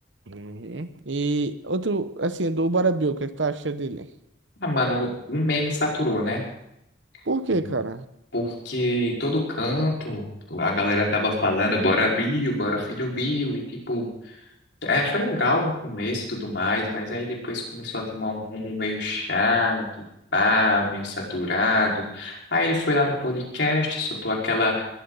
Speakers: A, on the right; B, on the left.
A: Uhum. E outro, assim, do Bora Bill, o que é que tu acha dele?
B: Ah, mano, o meme saturou, né?
A: Por quê,
B: Hum,
A: cara?
B: Porque todo canto, a galera tava falando, bora Bill, bora filho Bill, e tipo, é, foi legal no começo e tudo mais, mas aí depois começou a tomar um rumo meio chato, pá, meio saturado. Aí ele foi lá no podcast, soltou aquela